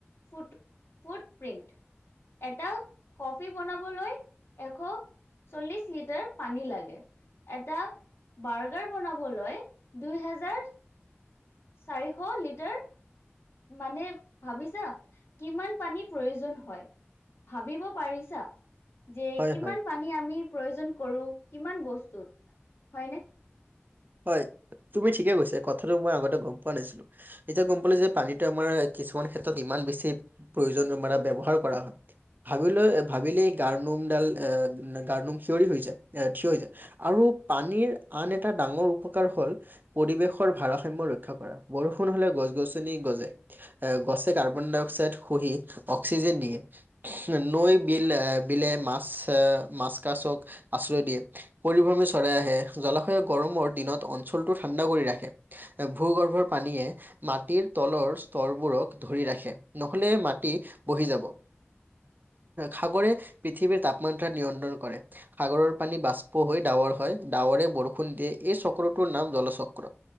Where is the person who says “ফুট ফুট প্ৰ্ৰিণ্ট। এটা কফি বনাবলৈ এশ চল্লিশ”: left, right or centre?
Left